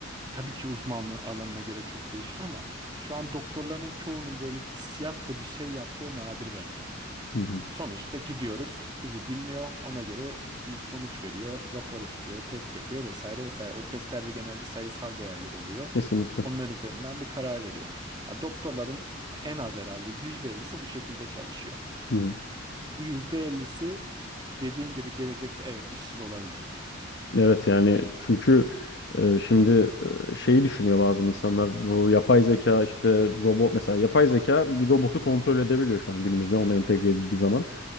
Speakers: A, on the right (about 20°); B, on the left (about 60°).
A: tabii ki uzmanlığın alanına göre çok değişir ama şu an doktorların çoğunun böyle hissiyatla bir şey yaptığı nadir bence.
B: hı hı.
A: Sonuçta gidiyoruz. Bizi dinliyor. Ona göre bir sonuç veriyor. Rapor istiyor. Test yapıyor vesaire vesaire. O testlerde genelde sayısal değerler oluyor.
B: Kesinlikle.
A: Onlar üzerinden bir karar veriyor. Ya doktorların en az herhalde yüzde elli'si bu şekilde çalışıyor.
B: Hı hı.
A: Bu yüzde elli'si dediğin gibi gelecekte evet işsiz olabilir.
B: Evet yani çünkü e, şimdi e, şeyi düşünüyor bazı insanlar bu yapay zeka işte robot mesela yapay zeka bir robotu kontrol edebiliyor şu an günümüzde ona entegre edildiği zaman.